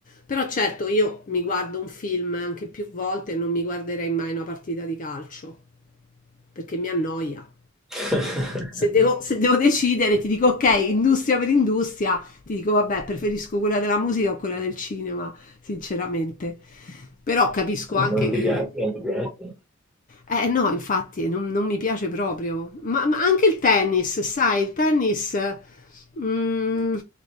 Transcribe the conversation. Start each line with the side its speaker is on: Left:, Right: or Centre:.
Left: Però certo, io mi guardo un film anche più volte e non mi guarderei mai una partita di calcio, perché mi annoia.
Centre: <laughs>
Left: Se devo, se devo decidere, ti dico ok, industria per industria, ti dico vabbè, preferisco quella della musica o quella del cinema, sinceramente. Però capisco anche
Centre: Non
Left: che
Centre: ti piace, non ti piace.
Left: eh no, infatti non, non mi piace proprio. Ma, ma anche il tennis, sai, il tennis, mm,